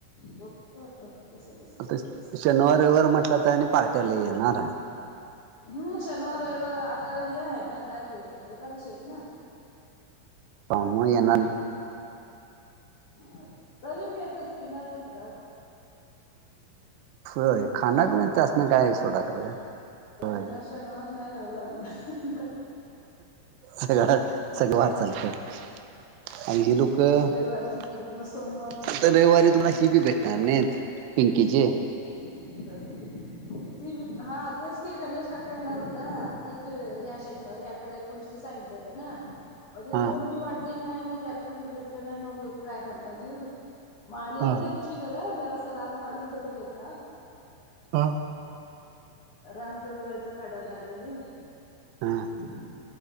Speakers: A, on the left; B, on the right.
A: बघतो आता कसं कसं
B: आता
A: करतेच
B: शनवार रविवार म्हटलं तर आणि पार्ट्या लय येणार
A: हम शनवार रविवार आता हे हाय ना काय ते एकादशी येत ना
B: हा म येणार
A: ह तरी बी येतात पिणाऱ्यांसानी काय
B: होय
A: पिनर
B: खाणार नय त्यासनी काय सोडा खरं
A: त्यांला
B: होय
A: शनवार नाय रविवार नाय
B: सगळं सगळं वार चालत्यात आणि ही लोक पुढच्या
A: सगळे वार चालतात मग सोमवार
B: रविवारी तुला
A: अ
B: हि बी भेटणार नइत पिंकीची
A: <inaudible> ती हा तेच की गणेश काका येणार हुतं आताच ह्या शनिवारी <unintelligible> कुणची सायकल आहे ना. मजे
B: हा
A: रोम बी वाढली नाय अणि टॅक्टर बी भेटला नाय मग काय करणार घेऊन. म आलेली
B: हा
A: त्या दिवशी घरं जरास रान काढून तेवढं घेतलं.
B: हां
A: रान तेवढं <unintelligible> काढायला लागलं क
B: हा